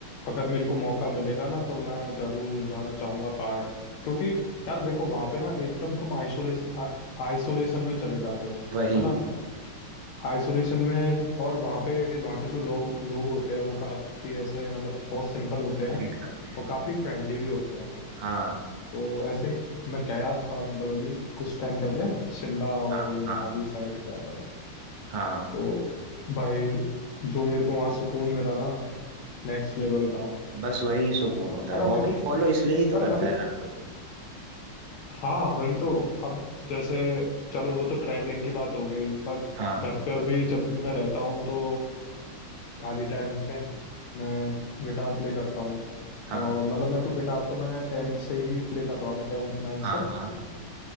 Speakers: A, on the left; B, on the right.
A: अगर मेरे को मौका मिलेगा ना तो मैं ज़रूर जाना चाहूँगा पहाड़ क्योंकि यार देखो वहाँ पे ना एकदम तुम आइसोलेस आइसोलेशन में चले जाते हो
B: वही
A: है ना आइसोलेशन में और वहाँ पे वहाँ के जो लोग लोग होते हैं वो काफी ऐसे मतलब बहुत सिंपल होते हैं
B: ग्रीट करते हैं
A: और काफी फ्रेंडली भी होते हैं
B: हाँ
A: तो ऐसे मैं गया था मतलब अभी कुछ टाइम पहले शिमला और
B: हाँ
A: ये मनाली
B: हाँ
A: साइड गया था मैं
B: हाँ
A: तो भाई जो मेरे को वहाँ सुकून मिला ना नेक्स्ट लेवल था
B: बस वही सुकून होता
A: पर
B: है
A: अभी
B: हॉबी फॉलो इसलिए ही तो
A: पर
B: करता
A: अभी
B: है हर कोई
A: हाँ वही तो अब जैसे चलो वो तो ट्रैवलिंग की बात हो गई पर
B: हाँ
A: घर पर भी जब भी मैं रहता हूँ तो खाली टाइम में मैं गिटार प्ले करता हूँ
B: हाँ
A: और मतलब मैं तो गिटार तो मैं टेंथ से ही प्ले कर रहा हूँ टेंथ नाइन्थ
B: हाँ
A: से
B: हाँ